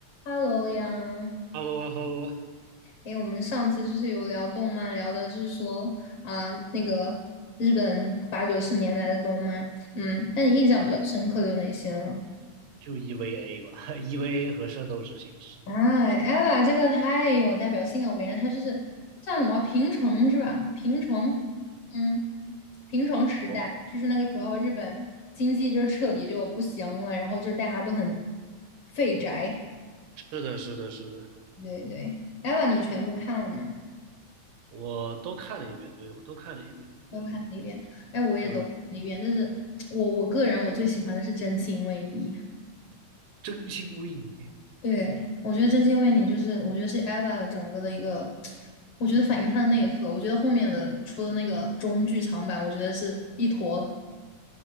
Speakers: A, on the left (about 65°); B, on the right (about 80°).
A: Hello 呀，
B: h e l 啊，Hello 啊，
A: 诶，我们上次就是有聊动漫，聊的就是说啊、那个日本八九十年代的动漫，嗯，那你印象比较深刻的有哪些呢？
B: 呃就 EVA 吧 <laughs>，EVA 和《圣斗士星矢》。
A: 啊，EVA 这个太有代表性了，我感觉它就是叫什么平成是吧？平成，嗯，平成时代就是那个时候日本经济就是彻底就不行了，
B: 哦，
A: 然后就是大家都很废宅，
B: 是的，是的，是的，
A: 对对，EVA 你全部看了吗？
B: 我都看了一遍，对，我都看了一遍，
A: 都看了一遍，
B: 对，
A: 哎，我也都看了一遍，
B: 嗯，
A: 但是我我个人我最喜欢的是《真心为你》，
B: 真心为你。
A: 对，我觉得《真心为你》就是我觉得是 Eva 的整个的一个，我觉得反映她的内核，我觉得后面的出的那个中剧场版，我觉得是一坨